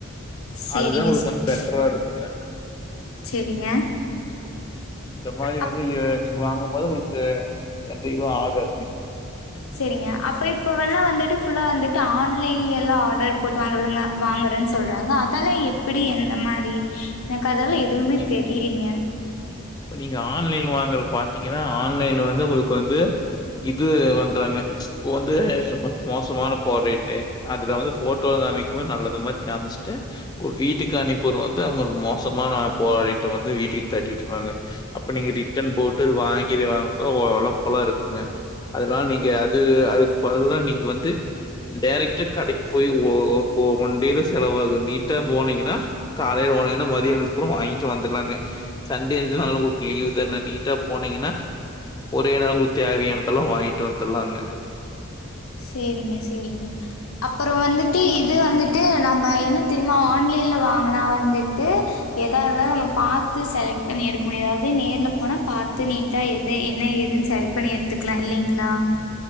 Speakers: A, on the left; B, on the left.
A: சேரிங்க
B: அதுதா உங்களுக்கு
A: சேரிங்க
B: வந்து பெட்ரா இருக்குங்க
A: சேரிங்க
B: இந்த மாரி
A: அப்
B: வந்து ஏ நீங்க வாங்கும்போது உங்களுக்கு எந்த இதுவு ஆகாதுங்க
A: சேரிங்க அப்ப இப்பவல்லா வந்துட் டு ஃபுல்லா வந்துட்டு ஆன்லைன்லேல்லா ஆர்டர் போட்டு வாங்குறதுங்க வாங்கறன் சொல்றாங்க அதல்ல எப்டி எந்த மாரி கதெல்லா எதுவுமே
B: இப்ப நீங்க
A: தெரிலிங்க
B: இப்ப நீங்க ஆன்லைன் வாங்கற பாத்திங்கனா ஆன்லைன்ல வந்து உங்ளுக்கு வந்து இது பண்றாங்க ப்ப வந்து மோசமான ப்ராடக்ட் அதுல வந்து ஃபோட்டோ காமிக்கும்போது நல்லது மாரி காமிச்சுட்டு வீட்டுக்கு அனுப்பிடுறது வந்து அவ மோசமான ப்ராடக்ட வந்து வீட்டுக்கு தட்டி விட்ருவாங்க அப்ப நீங்க ரிட்டன் போட்டு வாங்கிடுவாங்கலா ஒலப்பலா இருக்குங்க அதனால நீங்க அது அதுக்கு பதிலா நீங்க வந்து டேரக்ட்டா கடைக்கு போய் ஒ ஒ ஒன் டே தா செலவாகு நீட்டா போனிங்கனா காலைல போனிங்கனா மதியானத்துக்குள வாங்கிட்டு வந்துலாங்க சன்டே உங்ளுக்கு லீவ் தான நீட்டா போனிங்கன்னா ஒரே நாள் உங்ளுக்கு தேவையானதெல்லா வாங்கிட்டு வந்துடலாங்க
A: செரிங்க செரிங்க அப்பற வந்துட்டு இது வந்துட்டு நம்ம என்ன தெரிமா ஆன்லைன்ல வாங்குனா வந்துட்டு எதா இருந்தாலு நம்ம பாத்து செலக்ட் பண்ணி எடுக்க முடியாது அதே நேர்ல போனா பாத்து நீட்டா எது என்ன ஏதுன்னு செலக்ட் பண்ணி எடுத்துக்லா இல்லிங்ளா